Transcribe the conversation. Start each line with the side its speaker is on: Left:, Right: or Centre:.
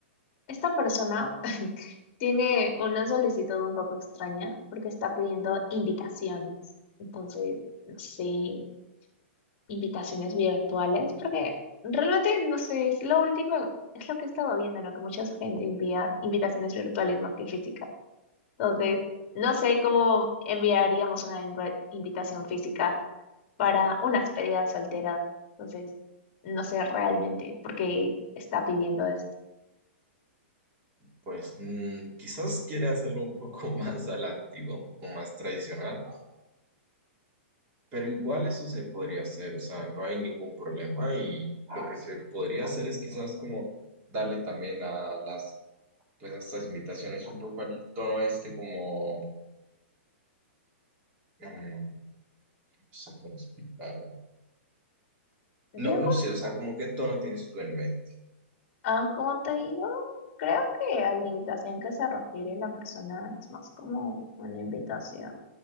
Left: esta persona <laughs> tiene una solicitud un poco extraña porque está pidiendo invitaciones. Entonces, no sé, invitaciones virtuales, porque realmente no sé, es lo último, es lo que he estado viendo, ¿no? Que mucha gente envía invitaciones virtuales más que físicas. Entonces, no sé cómo enviaríamos una inv- invitación física para una despedida de soltera. Entonces, no sé realmente por qué está pidiendo esto.
Right: Pues mm, quizás quiera hacerlo un poco <laughs> más a la antigua, un poco más tradicional, pero igual eso se podría hacer, o sea, no hay ningún problema y lo que se podría hacer es quizás como darle también a las, pues a estas invitaciones un poco al tono este como, mm, no sé cómo explicar.
Left: Yo,
Right: No, no
Left: como,
Right: sé, o sea, como qué tono tienes tú en mente.
Left: ah, como te digo, creo que a la invitación que se refiere la persona es más como una invitación